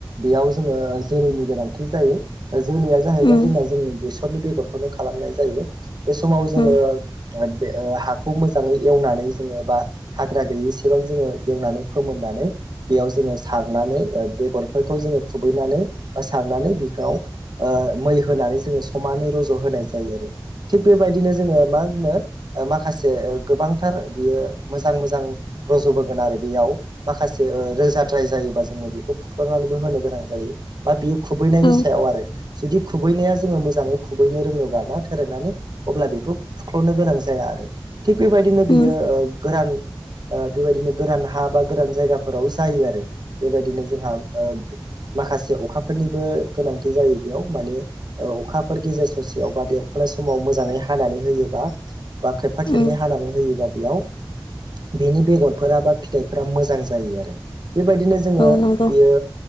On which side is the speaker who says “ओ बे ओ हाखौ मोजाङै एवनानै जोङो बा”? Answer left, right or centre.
Right